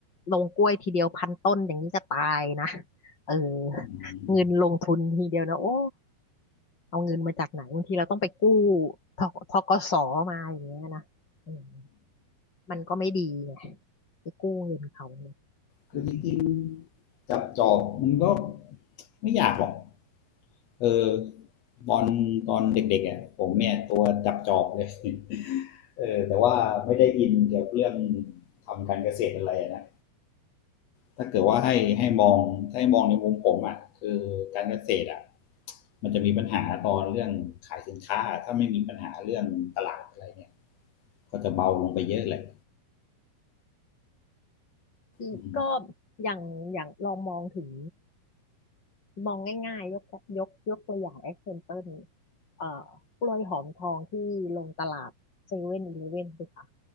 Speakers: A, on the left; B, on the left.
A: ลงกล้วยทีเดียวพันต้นอย่างนี้จะตายนะเออ
B: อืม
A: เงินลงทุนทีเดียวนะโอ้เอาเงินมาจากไหนบางทีเราต้องไปกู้ทธกสมาอย่างเงี้ยนะอืมมันก็ไม่ดีไงไปกู้เงินเขาเนี่ยอืม
B: คือจริงๆจับจอบมันก็ไม่อยากหรอกเออตอนตอนเด็กๆอ่ะผมเนี่ยตัวจับจอบเลย <laughs> เออแต่ว่าไม่ได้อินเกี่ยวกับเรื่องทำการเกษตรอะไรนะถ้าเกิดว่าให้ให้มองถ้าให้มองในมุมผมอ่ะคือการเกษตรอ่ะมันจะมีปัญหาตอนเรื่องขายสินค้าถ้าไม่มีปัญหาเรื่องตลาดอะไรเนี่ยก็จะเบาลงไปเยอะเลย
A: คือก็
B: อืม
A: อย่างอย่างลองมองถึง มองง่ายๆ ยกยกยกตัวอย่าง example เอ่อกล้วยหอมทองที่ลงตลาดเซเว่นอีเลฟเว่นสิคะ